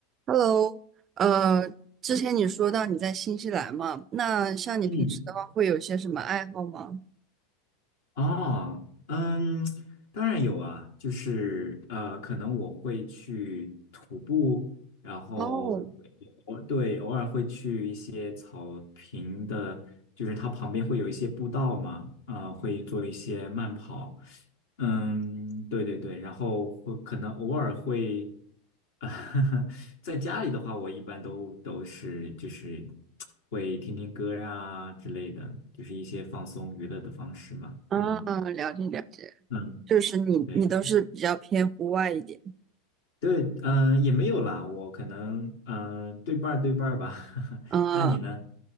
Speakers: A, on the right; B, on the left.
A: Hello，呃，之前你说到你在新西兰嘛，那像你平时的话，
B: 嗯，
A: 会有些什么爱好吗？
B: 哦，嗯，当然有啊，就是呃，可能我会去徒步，然后
A: 哦，
B: 我对偶尔会去一些草坪的，就是它旁边会有一些步道嘛，啊、会做一些慢跑，嗯，对对对，然后会可能偶尔会，啊，<laughs> 在家里的话，我一般都都是就是会听听歌啊之类的，就是一些放松娱乐的方式嘛。
A: 啊，
B: 嗯
A: 了解了解，
B: 嗯，
A: 就是你你都是比较偏户外一点，
B: 对对，嗯、也没有啦，我可能嗯、呃对半儿对半儿吧。<laughs>
A: 嗯。
B: 那你呢？